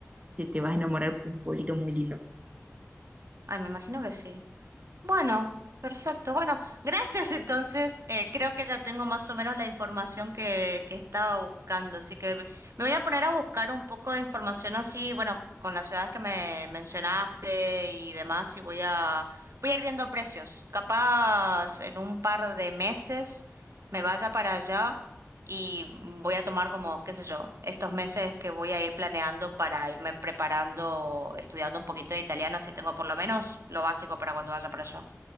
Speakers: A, on the right; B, on the right.
A: te, te vas a enamorar porque es un pueblito muy lindo.
B: Ay, me imagino que sí. Bueno, perfecto. Bueno, gracias entonces. Eh, creo que ya tengo más o menos la información que, que estaba buscando, así que me me voy a poner a buscar un poco de información así, bueno, con las ciudades que me mencionaste y demás, y voy a, voy a ir viendo precios. Capaz en un par de meses me vaya para allá y voy a tomar como, qué sé yo, estos meses que voy a ir planeando para irme preparando, estudiando un poquito de italiano, así tengo por lo menos lo básico para cuando vaya para allá.